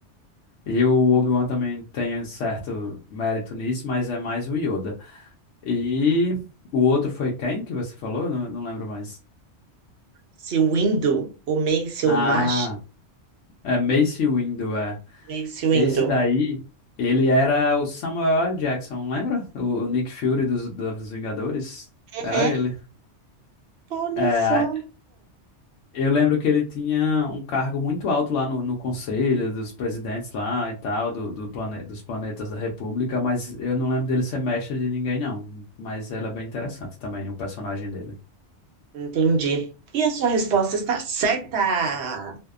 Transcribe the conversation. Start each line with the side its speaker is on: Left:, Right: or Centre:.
Left: E o Obi-Wan também tem certo mérito nisso, mas é mais o Yoda. E o outro foi quem que você falou? Não, não lembro mais.
Right: Se Windu, o Mace,
Left: Ah,
Right: o Mash,
Left: é Mace Windu, é.
Right: Mace Windu.
Left: Esse daí, ele era o Samuel L. Jackson, lembra? O, o Nick Fury dos, dos Vingadores?
Right: Uhum.
Left: Era ele.
Right: Olha
Left: É,
Right: só.
Left: eu lembro que ele tinha um cargo muito alto lá no, no conselho dos presidentes lá e tal, do, do plane, dos planetas da República, mas eu não lembro dele ser mestre de ninguém, não. Mas ela é bem interessante também, o personagem dele.
Right: Entendi. E a sua resposta está certa.